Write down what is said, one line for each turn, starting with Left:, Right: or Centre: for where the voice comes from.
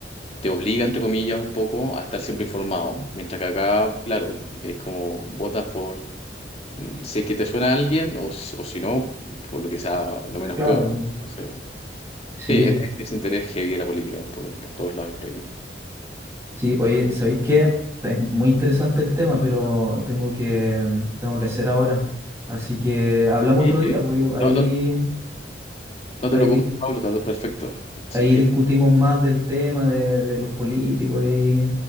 Left: te obliga, entre comillas, un poco a estar siempre informado. Mientras que acá, claro, es como votas por... mm, Si es que te suena a alguien o, si- o si no, por lo que sea lo menos
Right: Claro,
Left: peor. Entonces,
Right: sí,
Left: sí, es
Right: pues.
Left: de ahí desinterés heavy de la política, por, por todos lados, creo yo.
Right: Sí, oye, ¿sabéis qué? Es muy interesante el tema, pero tengo que, mm, tengo que hacer ahora. Así que hablamos
Left: Sí,
Right: otro día,
Left: sí.
Right: pues y ahí,
Left: No, no, no
Right: ahí,
Left: te preocupes,
Right: dis-
Left: Pablo, está todo perfecto. Así
Right: ahí
Left: que,
Right: discutimos más del tema de, de los políticos, y ahí,